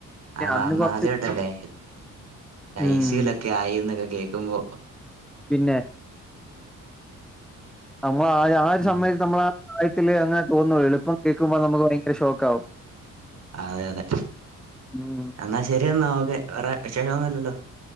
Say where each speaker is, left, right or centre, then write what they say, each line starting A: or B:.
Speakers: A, in the centre; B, on the right.
A: പിന്നെ
B: ആറ അന്ന്
A: കൊറച്ച്
B: ആദ്യമായിട്ടല്ലേ
A: മ്മ്.
B: ഐസിലൊക്കെ ആയിന്നൊക്കെ കേൾക്കുമ്പോ.
A: പിന്നെ. നമ്മൾ ആഹ് ആയൊരു
B: ഉം
A: സമയത്ത് നമ്മള് ആഹ് <unintelligible> ഇപ്പം കേൾക്കുമ്പോ നല്ല ഷോക്കാവും.
B: അതെ അതെ
A: മ്മ്.
B: എന്നാൽ ശരി എന്നാ ഓക്കെ വേറെ വിശേഷൊന്നുല്ലല്ലോ.